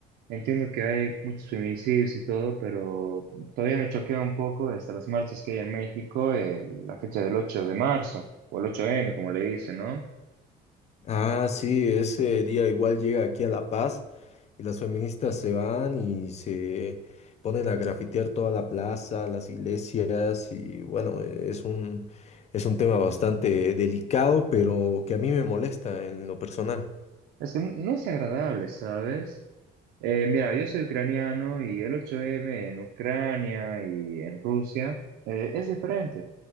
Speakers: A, on the right (about 80°); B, on the left (about 40°).
A: entiendo que hay muchos feminicidios y todo, pero todavía me choquea un poco hasta las marchas que hay en México, eh, la fecha del 8 de marzo, o el ocho m como le dicen, ¿no?
B: Ah, sí, ese día igual llega aquí a La Paz y las feministas se van y se ponen a grafitear toda la plaza, las iglesias y bueno, e, es un, es un tema bastante delicado, pero que a mí me molesta en lo personal.
A: Es que no es agradable, ¿sabes? Eh, mira, yo soy ucraniano y el 8M en Ucrania y en Rusia eh, es diferente.